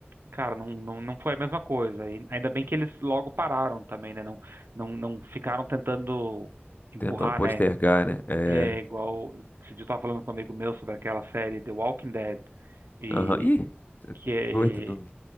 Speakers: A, on the right; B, on the left.
A: Cara, não, não, não foi a mesma coisa. E ainda bem que eles logo pararam também, né? Não, não, não ficaram tentando empurrar,
B: Tentando postergar,
A: né?
B: né? É.
A: É igual. Esse dia eu tava falando com um amigo meu sobre aquela série The Walking Dead. E
B: Aham. Ih, cê é
A: que é.
B: doido. não-